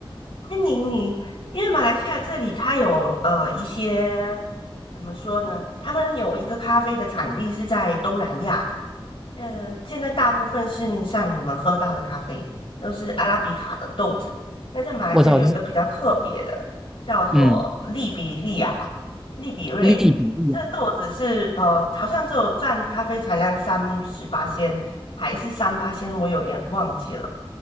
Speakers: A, on the left (about 75°); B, in the centre.
A: 欢迎你，因为马来西亚这里它有呃一些怎么说呢？他们有一个咖啡的产地是在东南亚的。呃，现在大部分市面上我们喝到的咖啡都是阿拉比卡的豆子。那在马来西亚有一个比较特别的，
B: 我操，这是
A: 叫做利比利亚、
B: 嗯，
A: 利比瑞。
B: 利比利亚。
A: 这豆子是呃，好像只有占咖啡产量三十八仙，还是三八仙，我有点忘记了，